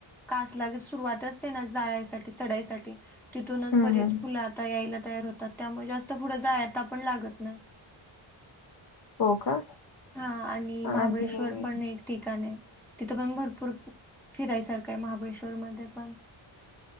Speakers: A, in the centre; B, on the left (about 50°).
A: कासलागे सुरुवातच आहे ना जायसाठी चढायसाठी तिथूनच
B: हम्म
A: बरेच
B: हम्म
A: फुल आता यायला तयार होतात त्यामुळे जास्त पुुढ जायता पण लागत नाही.
B: हो का
A: हा आणि महाबळेश्वर
B: आणि
A: पण एक ठिकाण आहे तिथं पण भरपूर फिरायसारख आहे महाबळेश्वर मध्ये पण.